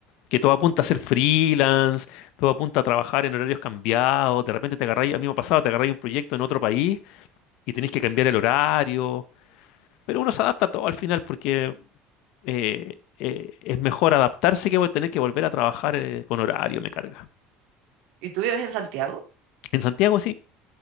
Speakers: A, on the left; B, on the right.
A: Que todo apunta a ser freelance, todo apunta a trabajar en horarios cambiados. De repente te agarráis, a mí me ha pasado, te agarráis un proyecto en otro país y tenéis que cambiar el horario. Pero uno se adapta a todo al final porque eh, eh, es mejor adaptarse que vol- tener que volver a trabajar eh, con horario, me carga.
B: ¿Y tú vives en Santiago?
A: En Santiago sí.